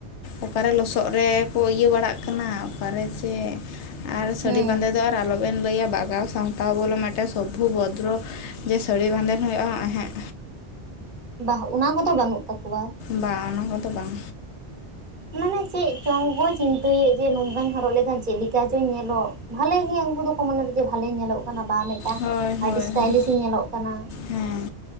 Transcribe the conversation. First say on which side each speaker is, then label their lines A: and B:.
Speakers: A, on the left (about 80°); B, on the right (about 45°).
A: ᱚᱠᱟ ᱨᱮ ᱞᱚᱥᱚᱫ ᱨᱮᱠᱚ ᱤᱭᱟᱹ ᱵᱟᱲᱟᱜ ᱠᱟᱱᱟ ᱚᱠᱟ ᱨᱮ ᱪᱮ? ᱟᱨ ᱥᱟᱹᱲᱤ
B: ᱦᱩᱸ
A: ᱵᱟᱸᱫᱮ ᱫᱚ ᱟᱨ ᱟᱞᱚ ᱵᱮᱱ ᱞᱟᱹᱭᱟ ᱵᱟᱜᱟᱣ ᱥᱟᱶᱛᱮᱼᱼ ᱛᱟᱣ ᱵᱚᱞᱮ ᱢᱮᱴᱮᱱ ᱥᱚᱵᱩ ᱵᱚᱫᱨᱚ ᱡᱮ ᱥᱟᱹᱲᱤ ᱵᱟᱸᱫᱮᱱ ᱦᱩᱭᱩᱜᱼᱟ ᱮᱸᱦᱮᱜ
B: ᱵᱟᱦ ᱚᱱᱟ ᱠᱚᱫᱚ ᱵᱟᱹᱱᱩᱜ ᱛᱟᱠᱚᱣᱟ᱾
A: ᱵᱟᱝ ᱚᱱᱟ ᱠᱚᱫᱚ ᱵᱟᱝ᱾
B: ᱢᱟᱱᱮ ᱪᱮᱫ ᱪᱚᱝ ᱠᱚ ᱪᱤᱱᱛᱟᱹᱭ ᱮᱫ ᱡᱮ ᱱᱚᱝᱠᱟᱧ ᱦᱚᱨᱚᱜ ᱞᱮᱠᱷᱟᱱ ᱪᱮᱫ ᱞᱮᱠᱟ ᱪᱚᱧ ᱧᱮᱞᱚᱜ᱾ ᱵᱷᱟᱞᱤ ᱜᱮ ᱩᱱᱠᱩ ᱫᱚᱠᱚ ᱢᱚᱱᱮ ᱵᱷᱟᱞᱮᱧ ᱧᱮᱞᱚᱜ ᱠᱟᱱᱟ ᱵᱟ ᱢᱤᱫᱴᱟᱝ
A: ᱦᱳᱭ
B: ᱟᱹᱰᱤ
A: ᱦᱳᱭ
B: ᱥᱴᱟᱭᱞᱤᱥ
A: ᱦᱳᱭ
B: ᱤ ᱧᱮᱞᱚᱜ ᱠᱟᱱᱟ᱾
A: ᱦᱮᱸ